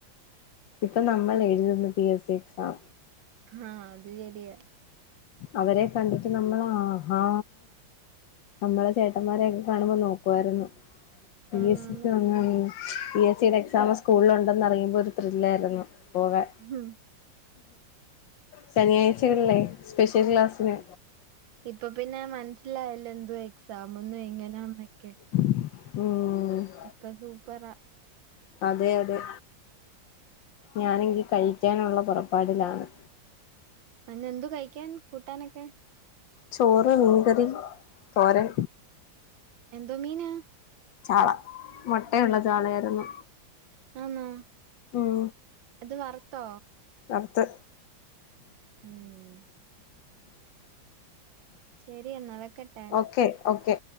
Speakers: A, on the left; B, on the right.
A: ഇപ്പൊ നമ്മൾ എഴുതുന്ന പി എസ് സി എക്സാം
B: ആഹ് അത് ശരിയ
A: അവരെ കണ്ടിട്ട് നമ്മൾ ആ ഹാ നമ്മളെ ചേട്ടമ്മാരെ യൊക്കെ കാണുമ്പോ നോക്കുവായിരുന്നു പി
B: ആന്നാന്ന്
A: എസ് സി ക്ക്‌ പി എസ് സിയുടെ എക്സാം സ്കൂളിൽ ഉണ്ടെന്നറിയുമ്പോ ഒരു ത്രില്ലായിരുന്നു പോകാൻ.
B: ഹം
A: ശനിയാഴ്ചകളിൽ സ്പെഷ്യൽ ക്ലാസ്സിന്
B: ഇപ്പൊ പിന്നെ മനസ്സിലായല്ലോ എന്തോ എക്സാമ ന്നും എങ്ങനാന്നൊക്കെ.
A: ഉം
B: ഇപ്പൊ സൂപ്പറാ
A: അതെ അതെ ഞാനെങ്കി കഴിക്കാനുള്ള പൊറപ്പാടിലാണ്.
B: അന് എന്തു കഴിക്കാൻ കൂട്ടാനൊക്കെ?
A: ചോറ് മീൻകറി തോരന്
B: എന്തോ മീനാ?
A: ചാള മൊട്ടയുള്ള ചാളയായിരുന്നു.
B: ആന്നൊ?
A: ഉം
B: അത് വറത്തോ?
A: വർത്ത്
B: ഉം ശരി എന്നാ വെക്കട്ടെ
A: ഓക്കെ ഓക്കെ